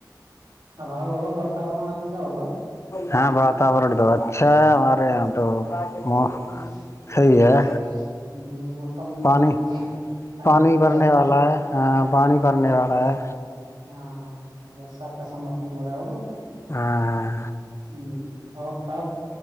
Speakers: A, on the right; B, on the left.
A: ہوا ہوا واتاورن اچھا ہوگا
B: ہاں باتور دو اچھا <unintelligible> ہمارے آ تو مو-
A: ہ ہ
B: صحیح ہے
A: موسم
B: پانی
A: ایک دم ٹھنڈا
B: پانی
A: ٹھنڈا
B: بھرنے
A: ہوگا
B: والا ہے ہاں پانی بھرنے والا ہے
A: ہاں ہاں برس کا سمم <unintelligible> ہ رؤ <unintelligible> ہوں
B: ہاں
A: <inaudible> آف <unintelligible> سب